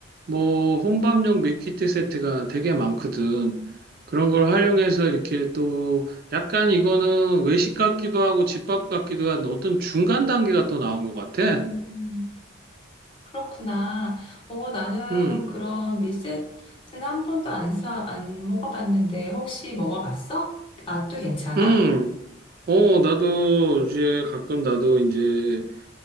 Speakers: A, on the right; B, on the left.
A: 뭐 혼밥용 밀키트 세트가 되게 많거든. 그런 걸 활용해서 이렇게 또 약간 이거는 외식 같기도 하고 집밥 같기도 한 어떤 중간 단계가 또 나온 것 같아.
B: 음. 그렇구나. 어, 나는
A: 음,
B: 그런 밀세트는 한 번도 안 사, 안 먹어봤는데 혹시 먹어봤어? 맛도 괜찮아?
A: 음, 어, 나도 이제 가끔 나도 이제